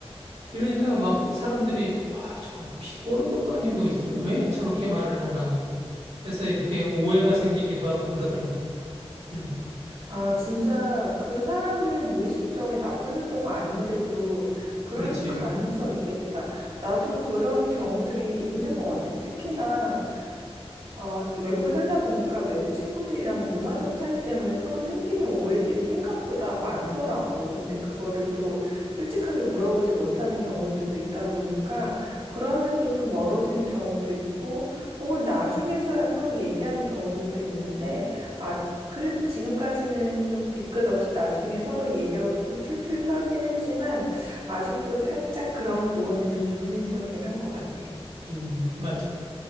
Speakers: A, on the right (about 85°); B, on the right (about 65°).
A: 이러니까 막 사람들이 아, 저건 비꼬는 것도 아니고 왜 저렇게 말을 하나? 그래서 이렇게 오해가 생기기도 하고 그러더라고. 음,
B: 아, 진짜 그 사람은 무의식적인 나쁜 의도가 아닌데도 그런
A: 그렇지.
B: 가능성이 있겠다. 나도 그런 경우들이 있는 것 같아. 특히나 어 외국에 살다 보니까 외국 친구들이랑 문화적 차이 때문에 서로 생기는 오해들이 생각보다 많더라고. 근데 그거를 또 솔직하게 물어보지 못하는 경우들도 있다 보니까 그러면서 좀 멀어지는 경우도 있고 혹은 나중에서야 서로 얘기하는 경우들도 있는데 아, 그래도 지금까지는 좀 뒤끝 없이 나중에 서로 얘기하고 좀 툴툴 털긴 했지만 아직도 살짝 그런 부분들이 좀 조심스럽긴 한 것 같아.
A: 음, 맞아.